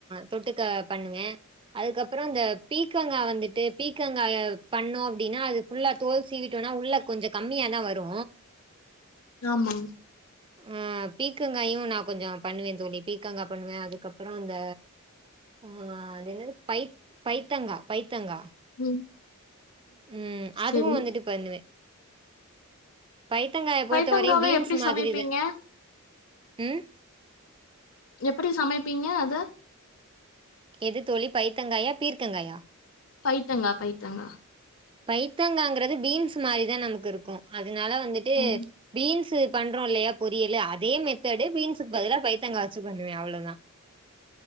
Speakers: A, on the right; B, on the left.
A: தொட்டுக்க பண்ணுவே அதுக்கப்பறோ இந்த பீக்கங்கா வந்துட்டு பீக்கங்காய பண்ணோ அப்டினா அது ஃபுல்லா தோல் சிவிட்டோனா உள்ள கொஞ்சோ கம்மியாதா வரு
B: ஆமா
A: ஆ பீக்கங்காயு நா கொஞ்சோ பண்ணுவே தோழி பீக்கங்கா பண்ணுவே அதுக்கப்றோ இந்த ஆ அது என்னது பை பைத்தங்கா பைத்தங்கா
B: ம்
A: ம் அதுவு
B: செரி
A: வந்துட்டு பண்ணுவே பைத்தங்காய பொறுத்த
B: பைத்தங்காவ
A: வரையு பீன்ஸ்
B: எப்டி
A: மாதிரிது
B: சமைப்பீங்க
A: ம்
B: எப்டி சமைப்பீங்க அத
A: எது தோழி பைத்தங்காயா? பீர்க்கங்காயா?
B: பைத்தங்கா பைத்தங்கா
A: பைத்தங்காங்கறது பீன்ஸ் மாரிதா நமக்கு இருக்கு அதனால வந்துட்டு
B: ம்
A: பீன்ஸ் பண்றோ இல்லையா பொரியலு, அதே மெத்தடு பீன்ஸுக்கு பதிலா பைத்தங்கா வச்சு பண்ணுவ அவ்வளதா